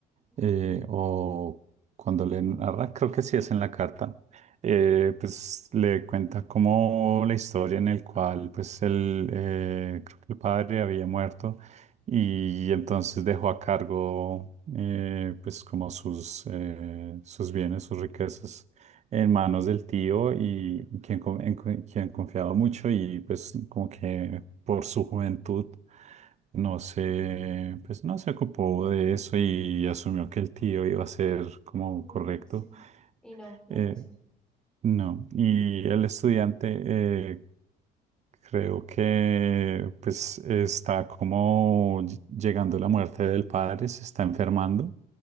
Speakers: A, in the centre; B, on the right (about 40°).
A: Okay.
B: eh, o cuando le narra, creo que sí es en la carta, eh, pues le cuenta como la historia en el cual pues el, eh, creo que el padre había muerto y entonces dejó a cargo eh, pues como sus, eh, sus bienes, sus riquezas en manos del tío y quien, con- en cu- quien confiaba mucho y pues como que por su juventud no se, pues no se ocupó de eso y asumió que el tío iba a ser como
A: Mm,
B: correcto.
A: sí. Y no, no
B: Eh,
A: fue así.
B: no, y el estudiante eh, creo que pues está como ll- llegando la muerte del padre, se está enfermando